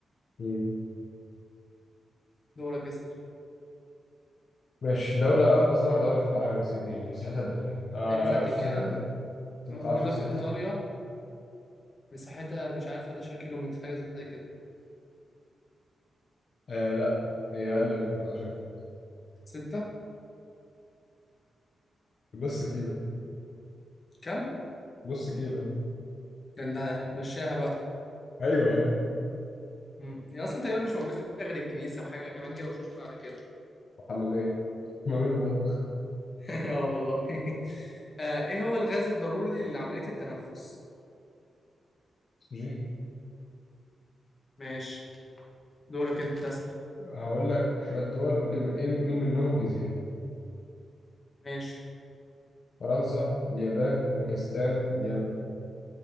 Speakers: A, on the left (about 55°); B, on the left (about 35°).
A: مم.
B: دورك اسأل
A: ماشي دولة أصغر دولة في العالم يا سيدي مساحتها قد إيه؟ آه
B: الفاتيكان
A: لا مش مساحتها قد إيه؟ أنت
B: موجودة
A: ما تعرفش مساحتها؟
B: في إيطاليا مساحتها مش عارف 11 كيلو متر حاجة زي كده
A: آه لا هي أقل من 11 كيلو
B: ستة
A: نص كيلو
B: كم؟
A: نص كيلو
B: ده انت هتمشاها بقى
A: أيوه يا ابني
B: مم. هي أصلا تقريبا مش موجود فيها غير الكنيسة وحاجة كمان كده وشكرا على كده
A: حمامين حمامين ومطبخ
B: <laughs> اه والله <laughs> آه ايه هو الغاز الضروري لعملية التنفس؟
A: جي
B: ماشي دورك انت اسأل
A: هقول لك شوية دول قول لي م- إيه مين منهم جزيرة؟
B: ماشي
A: فرنسا اليابان باكستان اليمن